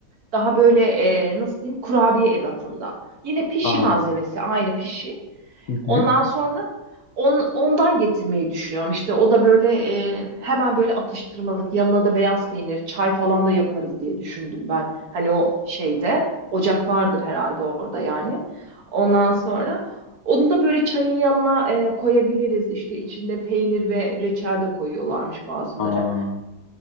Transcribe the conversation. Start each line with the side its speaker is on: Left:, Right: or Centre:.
Right: Daha böyle e, nasıl diyeyim kurabiye ebatında. Yine pişi
Left: Aa.
Right: malzemesi aynı pişi.
Left: Hı hı.
Right: Ondan sonra on, ondan getirmeyi düşünüyorum. İşte o da böyle e, hemen böyle atıştırmalık yanına da beyaz peynir, çay falan da yaparız diye düşündüm ben. Hani o şeyde ocak vardır herhalde orada yani. Ondan sonra onu da böyle çayın yanına e, koyabiliriz. İşte içinde peynir ve reçel de koyuyorlarmış bazıları.
Left: Aa.